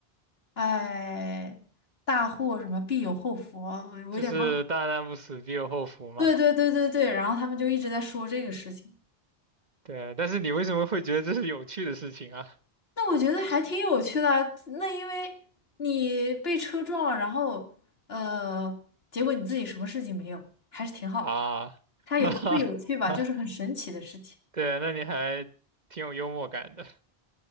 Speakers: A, on the left; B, on the right.
A: 哎，大祸什么必有后福，我有点忘了。
B: 就是大难不死必有后福嘛。
A: 对对对对对，然后他们就一直在说这个事情。
B: 对，但是你为什么会觉得这是有趣的事情啊？
A: 那我觉得还挺有趣的啊那因为你被车撞了，然后呃，结果你自己什么事情没有，还是挺好。
B: 啊，
A: 它也不是有趣吧，
B: <laughs>
A: 就是很神奇的事情。
B: 对，那你还挺有幽默感的。